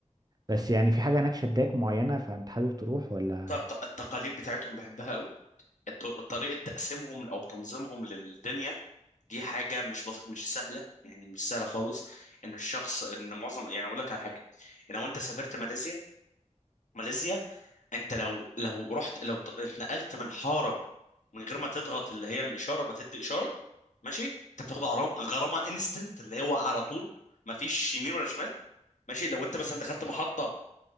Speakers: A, on the right; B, on the left.
A: بس يعني في حاجة هناك شداك معينة فأنت حابب تروح ولا
B: التق- التقاليد بتاعتهم بحبها قوي الط- طريقة تقسيمهم أو تنظيمهم للدنيا دي حاجة مش بس... مش سهلة يعني مش سهلة خالص إن الشخص إن معظم يعني أقول لك على حاجة لو أنت سافرت ماليزيا ماليزيا أنت لو لو رحت لو ت- اتنقلت من حارة من غير ما تضغط اللي هي الإشارة ما تدي إشارة ماشي أنت بتاخد غرامة غرامة انستنت اللي هو على طول ما فيش يمين ولا شمال ماشي لو أنت مثلا دخلت محطة